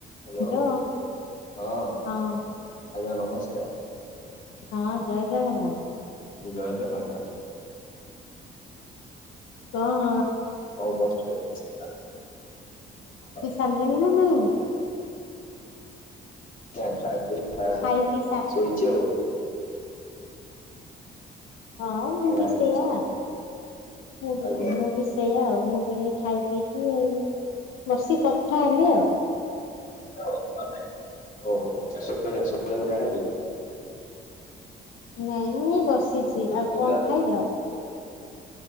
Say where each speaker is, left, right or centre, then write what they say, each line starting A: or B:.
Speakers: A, on the left; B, on the left.
A: Hello
B: hello
A: ହଁ ଆଜ୍ଞା
B: ହଁ
A: ନମସ୍କାର।
B: ହଁ ଜୟ ଜଗନ୍ନାଥ।
A: ଜୟ ଜଗନ୍ନାଥ।
B: କଣ
A: ହଉ କରଛନ୍ତି <unintelligible>
B: ସଣ୍ଡେ <unintelligible>
A: <unintelligible>
B: ଖାଇ ପିଇ ସା
A: ଶୋଇଚି ଆଉ।
B: ହଁ ମୁଁ
A: ଆଜ୍ଞା
B: ବି
A: ଆଜ୍ଞା
B: ସେଇୟା। ମୁଁ ବି
A: ଆଜ୍ଞା
B: ମୁଁ ବି ସେଇଆ ଆଉ ମୁଁ ବି ହେଇ ଖାଇ ପିଇକି ଆଉ। ବସିିକି କଥା ହେଲି ଆଉ।
A: <unintelligible> ଯାଇନାହନ୍ତି।
B: ନାଇଁ ମୁଁ ଏଇ ବସିଚି ଆଉ
A: ନିଦ
B: କଣ ଖାଇଲ